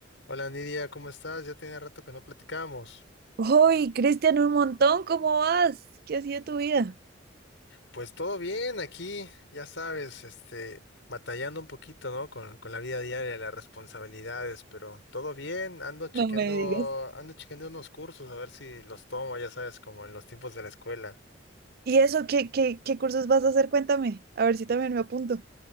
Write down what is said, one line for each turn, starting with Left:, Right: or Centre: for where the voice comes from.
Left: Hola Nidia, ¿cómo estás? Ya tenía rato que no platicábamos.
Right: ¡Hoy, Cristian, un montón! ¿Cómo vas? ¿Qué ha sido tu vida?
Left: Pues todo bien aquí, ya sabes, este, batallando un poquito, ¿no? Con, con la vida diaria, las responsabilidades, pero todo bien, ando chequeando,
Right: No me digas.
Left: ando chequeando unos cursos a ver si los tomo, ya sabes, como en los tiempos de la escuela.
Right: ¿Y eso? ¿Qué, qué, qué cursos vas a hacer? Cuéntame, a ver si también me apunto.